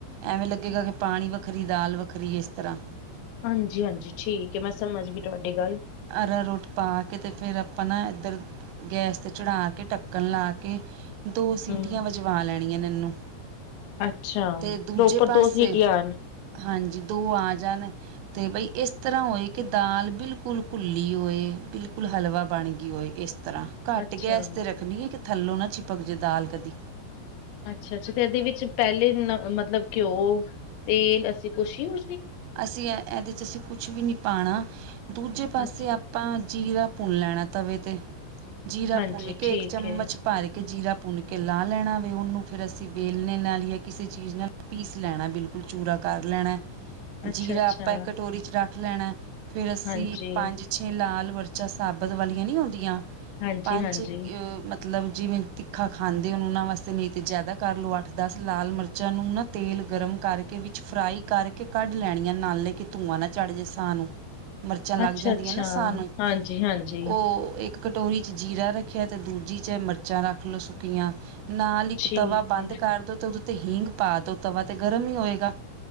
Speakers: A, on the right; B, on the left.
A: ਐਵੇਂ ਲੱਗੇਗਾ ਕਿ ਪਾਣੀ ਵੱਖਰੀ ਦਾਲ ਵੱਖਰੀ ਇਸ ਤਰ੍ਹਾਂ
B: ਹਾਂਜੀ ਹਾਂਜੀ ਠੀਕ ਹੈ ਮੈਂ ਸਮਝ ਗਈ ਤੁਹਾਡੀ ਗੱਲ
A: ਆਰਾਰੋਟ ਪਾ ਕੇ ਤੇ ਫੇਰ ਆਪਾਂ ਨਾ ਇੱਧਰ ਗੈਸ ਤੇ ਚੜਾ ਕੇ ਢੱਕਣ ਲਾ ਕੇ ਦੋ ਸੀਟੀਆਂ
B: ਹੂੰ
A: ਵਜਵਾ ਲੈਣੀਆਂ ਇਹੈਨੂੰ
B: ਅੱਛਾ।
A: ਅਤੇ ਦੂਜੇ
B: ਪ੍ਰੋਪਰ
A: ਪਾਸੇ
B: ਦੋ ਸੀਟੀਆਂ ਆਣ
A: ਹਾਂਜੀ ਦੋ ਆ ਜਾਣ ਅਤੇ ਬਈ ਇਸ ਤਰ੍ਹਾਂ ਹੋਏ ਕਿ ਦਾਲ ਬਿਲਕੁਲ ਘੁੱਲੀ ਹੋਏ ਬਿਲਕੁਲ ਹਲਵਾ ਬਣ ਗਈ ਹੋਏ ਇਸ ਤਰ੍ਹਾਂ ਘੱਟ
B: ਅੱਛਾ।
A: ਗੈਸ ਤੇ ਰੱਖਣੀ ਹੈ ਕਿ ਥੱਲੋਂ ਨਾ ਚਿਪਕ ਜੇ ਦਾਲ ਕਦੀ
B: ਅੱਛਾ ਅੱਛਾ ਤੇ ਇਹਦੇ ਵਿੱਚ ਪਹਿਲੇ ਮਤਲਬ ਘਿਓ ਤੇਲ ਅਸੀਂ ਕੁਛ ਯੂ
A: ਅਸੀਂ ਇਹਦੇ ਚ ਅਸੀਂ ਕੁਛ ਵੀ ਨੀ ਪਾਉਣਾ। ਦੂਜੇ ਪਾਸੇ
B: ਅੱਛਾ
A: ਆਪਾਂ ਜੀਰਾ ਭੁੰਨ ਲੈਣਾ ਤਵੇ ਤੇ ਜੀਰਾ
B: ਹਾਂਜੀ
A: ਭੁੰਨ ਕੇ
B: ਠੀਕ
A: ਇੱਕ ਚਮਚ
B: ਏ।
A: ਭਰ ਕਿ ਜੀਰਾ ਭੁੰਨ ਕੇ ਲਾ ਲੈਣਾ ਵੇ ਉਹਨੂੰ ਫਿਰ ਅਸੀਂ ਵੇਲਨੇ ਨਾਲ ਜਾਂ ਕਿਸੇ ਚੀਜ਼ ਨਾਲ ਪੀਸ ਲੈਣਾ ਬਿਲਕੁਲ ਫੁ ਚੂਰਾ ਕਰ ਲੈਣਾ।
B: ਅੱਛਾ-ਅੱਛਾ
A: ਜੀਰਾ ਆਪਾਂ ਕਟੋਰੀ 'ਚ ਰੱਖ ਲੈਣਾ। ਫਿਰ ਅਸੀਂ
B: ਹਾਂਜੀ,
A: ਪੰਜ ਛੇ ਲਾਲ ਮਰਚਾ ਸਾਬਤ ਵਾਲੀਆਂ ਨਹੀਂ ਹੁੰਦੀਆਂ
B: ਹਾਂਜੀ-ਹਾਂਜੀ।
A: ਪੰਚ ਮ ਮਤਲਬ ਜਿਵੇਂ ਤਿੱਖਾ ਖਾਂਦੇ ਹੋ ਉਹਨਾਂ ਵਾਸਤੇ ਨਹੀਂ ਤਾਂ ਜ਼ਿਆਦਾ ਕਰ ਲਓ ਅੱਠ ਦਸ ਲਾਲ ਮਿਰਚਾਂ ਨੂੰ ਨਾ ਤੇਲ ਗਰਮ ਕਰਕੇ ਵਿੱਚ ਫਰਾਈ ਕਰਕੇ ਕੱਢ ਲੈਣੀਆਂ ਨਾਲੇ ਕਿ ਧੂੰਆਂ ਨਾ ਚੜ ਜੇ ਸਾਹ ਨੂੰ ਮਿਰਚਾਂ ਲੱਗ
B: ਅੱਛਾ-ਅੱਛਾ,
A: ਜਾਂਦੀਆਂ ਨਾ ਸਾਹ ਨੂੰ,
B: ਹਾਂਜੀ-ਹਾਂਜੀ
A: ਉਹ ਇੱਕ ਕਟੋਰੀ ਚ ਜੀਰਾ ਰੱਖਿਆ ਤੇ ਦੂਜੀ ਚ ਮਿਰਚਾਂ ਰੱਖ ਲੋਓ ਸੁੱਕੀਆਂ। ਨਾਲ ਇੱਕ
B: ਠੀਕ
A: ਤਵਾ ਬੰਦ
B: ਏ
A: ਕਰ ਦੋ ਤੇ ਉਹਦੇ ਉਤੇ ਹੀਂਗ ਪਾ ਦੋ ਤਵਾ ਤੇ ਗਰਮ ਹੀ ਹੋਵੇਗਾ।